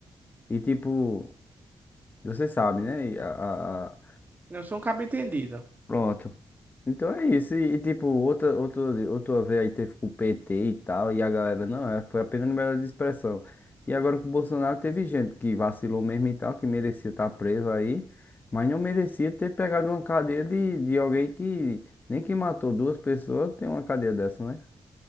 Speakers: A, on the left; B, on the right.
A: E tipo, você sabe, né? E a- a- a-
B: Não sou um cabo entendido.
A: Pronto. Então é isso. E, e, tipo, outra, outra, outra vez aí teve com o PT e tal, e a galera, não, é, foi apenas liberdade de expressão. E agora com o Bolsonaro teve gente que vacilou mesmo e tal, que merecia estar preso aí, mas não merecia ter pegado uma cadeia de, de alguém que nem que matou duas pessoas tem uma cadeia dessa, né?